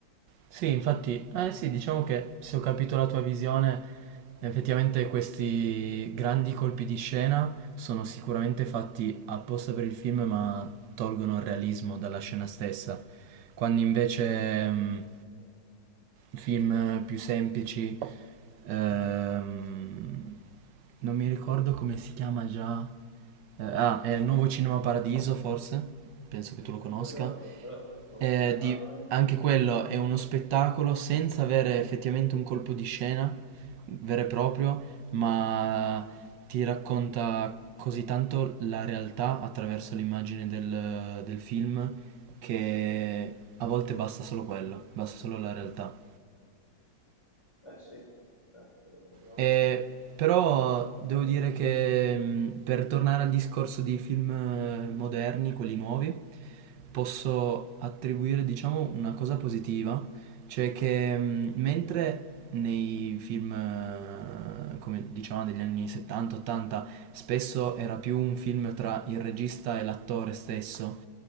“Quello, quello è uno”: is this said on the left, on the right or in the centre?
Left